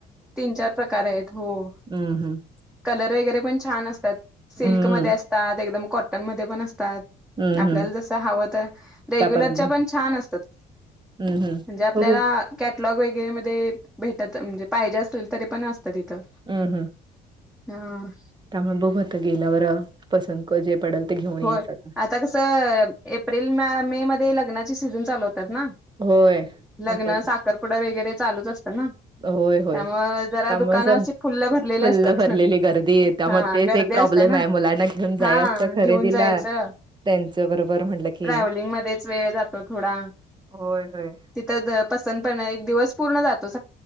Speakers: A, in the centre; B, on the right.
A: तीन-चार प्रकार आहेत, हो.
B: हम्म, हम्म.
A: कलर वगैरे पण छान असतात, सिल्कमध्ये
B: हं,
A: अस तात एकदम कॉटनमध्ये पण असतात,
B: हं,
A: आपल्याला
B: हं.
A: जसं हवं त रेग्युलरच्या
B: त्या पद्धतीने
A: पण छान असतात,
B: हं, हं.
A: म्हणजे आपल्याला
B: बघू
A: कॅटलॉग वगैरे मध्ये भेटत म्हणजे पाहिजे असेल तरी पण असता तिथं
B: हम्म, हम्म.
A: हा.
B: त्यामुळे बघु आता गेल्यावर पसंत क जे पडलं ते घेऊन
A: होय
B: यायचं आता.
A: आता कसं एप्रिल मा मे मध्ये लग्नाची सीझन चालू होतात ना.
B: होय. आताच
A: लग्न, साखरपुडा वगैरे चालूच असतं ना.
B: होय, होय,
A: त्यामुळे जरा
B: त्यामुळं
A: दुकानं
B: असं
A: अशी फुल्ल भरलेली
B: फूल्ल
A: असतात
B: भरलेली गर्दी ये त्यामूळं
A: हा
B: तेच
A: गर्दी
B: एक प्रॉब्लेम
A: असते ना
B: आहे, मुलांना घेऊन जायाचं
A: हा
B: खरे
A: घेऊन
B: दिला,
A: जायचं
B: त्यांचं बरोबर म्हणलं की
A: ट्रॅव्हलिंग मध्येच वेळ जातो थोडा.
B: होय, होय.
A: तिथं द पसंत पण एक दिवस पूर्ण जातो, सा